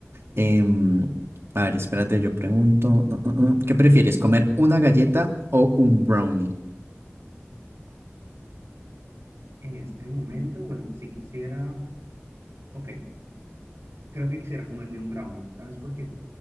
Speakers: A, on the right; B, on the right.
A: Em, a ver, espérate, yo pregunto. uh, uh, uh, ¿Qué prefieres, comer una galleta o un brownie?
B: en este momento. Bueno, si quisiera, ok, creo que quisiera comerme un brownie, ¿sabes por qué?